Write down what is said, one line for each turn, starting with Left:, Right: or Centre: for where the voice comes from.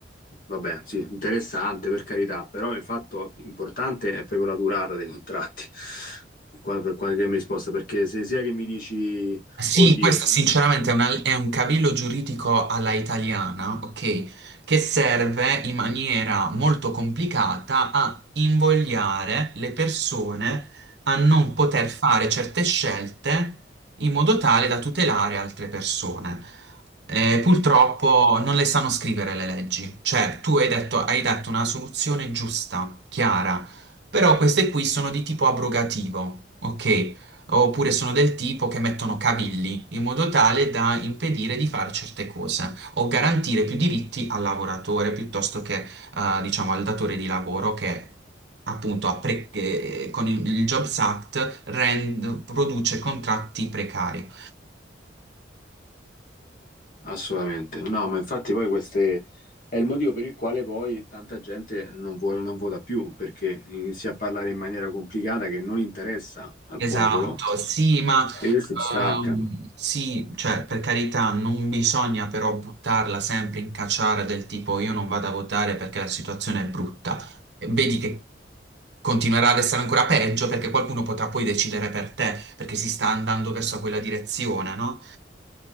Left: vabbè, sì, interessante per carità, però il fatto importante è proprio la durata dei contratti, qua- per qualche mi risposta, perché se sia che mi dici,
Right: Sì,
Left: oddio,
Right: questo
Left: sì,
Right: sinceramente è, una- è un cavillo giuridico alla italiana, ok, che serve in maniera molto complicata a invogliare le persone a non poter fare certe scelte in modo tale da tutelare altre persone. Eh, purtroppo non le sanno scrivere le leggi, cioè tu hai detto, hai dato una soluzione giusta, chiara, però queste qui sono di tipo abrogativo, ok? oppure sono del tipo che mettono cavilli in modo tale da impedire di fare certe cose o garantire più diritti al lavoratore piuttosto che, eh, diciamo, al datore di lavoro che appunto ha pre- che, eh, con il, il Jobs Act rend- produce contratti precari.
Left: assolutamente. No, ma infatti poi queste... È il motivo per il quale poi tanta gente non, vuole- non vota più, perché inizia a parlare in maniera complicata che non interessa al
Right: Esatto,
Left: popolo
Right: sì, ma
Left: e si staccano.
Right: ehm, sì, cioè per carità non bisogna però buttarla sempre in cacciara del tipo io non vado a votare perché la situazione è brutta. Vedi che continuerà ad essere ancora peggio perché qualcuno potrà poi decidere per te, perché si sta andando verso quella direzione, no?